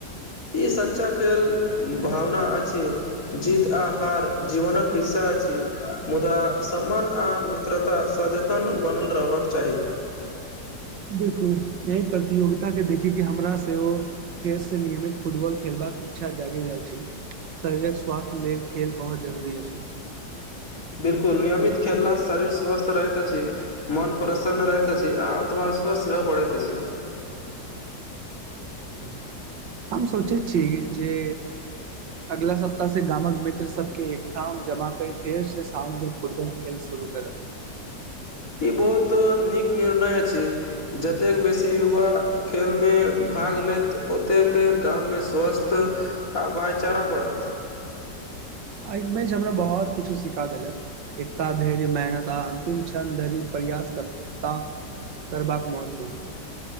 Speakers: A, on the left; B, on the right.
A: ई सच्चा खेल भावना अछि जीत आ हार जीवनक हिस्सा अछि मुदा सम्मान आ मित्र सदिखन बनल रहबाक चाहि
B: बिल्कुल यह प्रतियोगिता के देखी क हमरा से ओ फेर से नियमित फुटबल खेलबाक इच्छा जगि जा छै शरीर के स्वास्थ्य लेल खेल बहुत जरूरी अछि
A: बिल्कुल नियमित खेलला शरीर स्वस्थ रहैत अछि मन प्रसन्न रहैत अछी आ आत्मविश्वास सेहो बढ़ैइत अछि
B: <inaudible> हम सोचै छी जे अगला सप्ताह से गामक मित्र सबके एकठाम जमा कर फेर से साँझ मे फुटबॉल खेल शुरू करब
A: ई बहुत नीक निर्णय अछि जतेक बेसी युवा खेल मे भाग लेत ओतेक गाम मे स्वस्थ आ भाइचारा बढ़त
B: आइ क बैच हमरा बहुत किछु सिखा देलक एकता धैर्य मेहनत आ अन्तिम क्षण धरी प्रयासकता करबाक महत्व